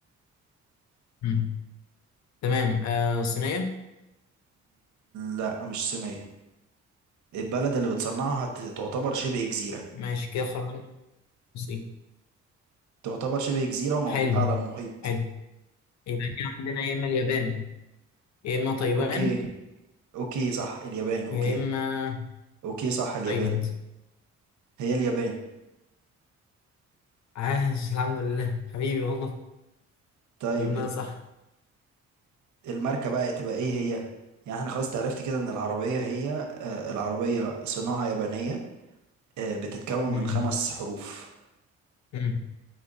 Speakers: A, on the left (about 65°); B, on the right (about 70°).
A: امم تمام آه صينيه
B: لا مش صينية البلد اللي بتصنعها ت- تعتبر شبه جزيرة
A: ماشي كده خرجت الصين
B: تعتبر شبه جزيرة وموجودة
A: حلو
B: على المحيط
A: حلو يبقى كده عندنا يا اما اليابان يا اما تايوان
B: أوكي أوكي صح اليابان أوكي
A: يا اما
B: أوكي صح اليابان
A: تايلاند
B: هي اليابان
A: عاش الحمد لله حبيبي والله
B: طيب
A: جبناها
B: ال-
A: صح
B: الماركة بقى تبقى إيه هي يعني احنا خلاص تعرفت كده إن العربية هي آه، العربية صناعة يابانية آه، بتتكون
A: مم.
B: من خمس حروف
A: مم.